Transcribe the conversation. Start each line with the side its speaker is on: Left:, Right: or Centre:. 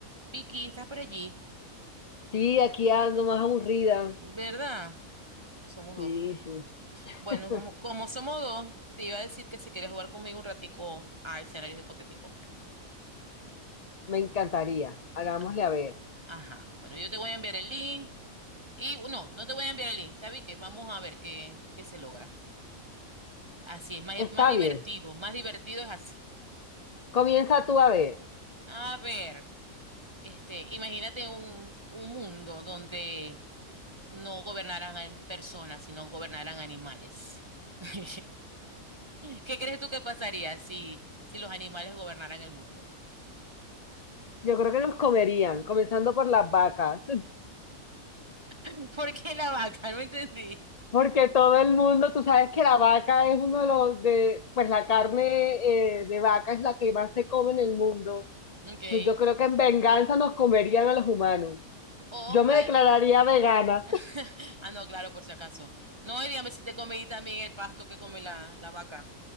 Right: Vicky, estás por allí,
Left: Sí, aquí ando más aburrida.
Right: ¿verdad? Somos
Left: Sí,
Right: dos.
Left: sí. <laughs>
Right: Bueno, como, como somos dos, te iba a decir que si quieres jugar conmigo un ratico a escenarios hipotéticos.
Left: Me encantaría. Hagámosle
Right: Ah,
Left: a ver.
Right: Ajá. Bueno, yo te voy a enviar el link. Y no, no te voy a enviar el link, ¿sabes qué? Vamos a ver qué, qué se logra. Así es, más,
Left: Está
Right: más divertido,
Left: bien.
Right: más divertido es así.
Left: Comienza tú a ver.
Right: A ver, este, imagínate un, un mundo donde no gobernaran personas, sino gobernaran animales. <laughs> ¿Qué crees tú que pasaría si, si los animales gobernaran el mundo?
Left: Yo creo que nos comerían, comenzando por las vacas. <laughs>
Right: <laughs> ¿Por qué la vaca? No entendí.
Left: Porque todo el mundo, tú sabes que la vaca es uno de los de, pues la carne eh, de vaca es la que más se come en el mundo.
Right: Okay.
Left: Entonces, yo creo que en venganza nos comerían a los humanos.
Right: O,
Left: Yo me
Right: ah,
Left: declararía vegana.
Right: <laughs> ah, no, claro, por si acaso. No, y dígame si te comí también el pasto que come la, la vaca